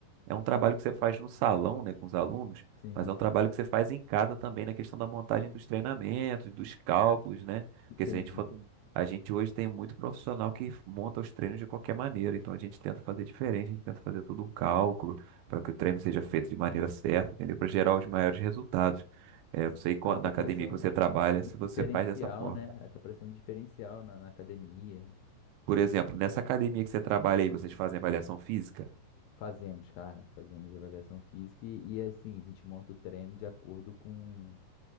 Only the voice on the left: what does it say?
Sim,
sim.
Entendi,
entendi.
Até
para
ser um,
um
diferencial,
né? Até para ser um diferencial na, na academia.
Fazemos, cara, fazemos avaliação física e, e, assim, a gente monta o treino de acordo com,